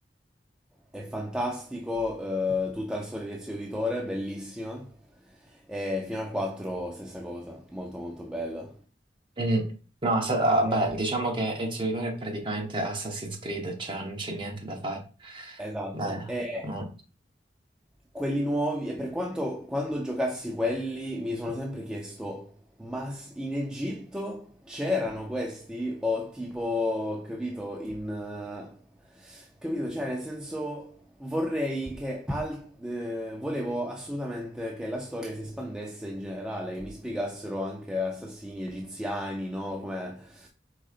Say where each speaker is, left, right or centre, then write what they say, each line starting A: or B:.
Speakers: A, in the centre; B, on the right.
A: è fantastico, eh, tutta la storia di Ezio Auditore, bellissima. E fino al 4 stessa cosa, molto molto bella.
B: mm. No, sa-
A: Eh,
B: vabbè, diciamo che Ezio Auditore è praticamente Assassin's Creed, cioè non c'è niente da fare.
A: Esatto.
B: Beh,
A: E
B: mm.
A: Quelli nuovi, e per quanto quando giocassi quelli mi sono sempre chiesto, ma s- in Egitto c'erano questi? O tipo, capito, in... eh, capito, cioè nel senso vorrei che... al- eh, volevo assolutamente che la storia si espandesse in generale, che mi spiegassero anche assassini egiziani, no? Come